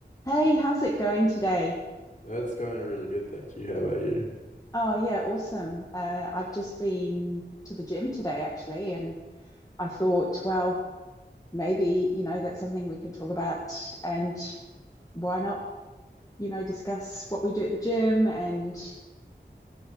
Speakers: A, on the left; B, on the left.
A: Hey, how's it going today?
B: That's going really good, thank you. How about you?
A: Oh, yeah, awesome. Uh, I've just been to the gym today, actually, and I thought, well, maybe, you know, that's something we can talk about, and why not, you know, discuss what we do at the gym and,